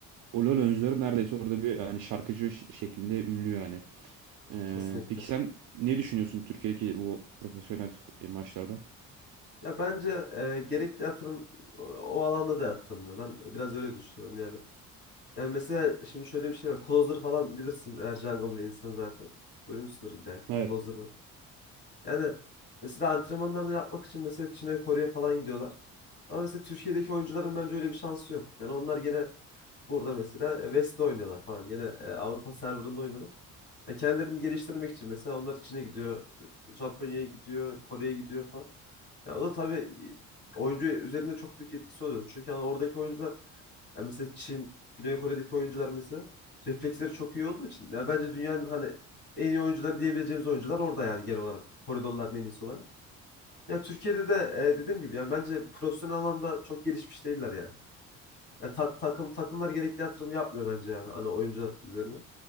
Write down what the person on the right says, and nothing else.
o LoL oyuncuları neredeyse orada bir yani şarkıcı ş- şeklinde ünlü yani. E,
peki sen ne düşünüyorsun Türkiye'deki bu profesyonel e, maçlarda?
Evet.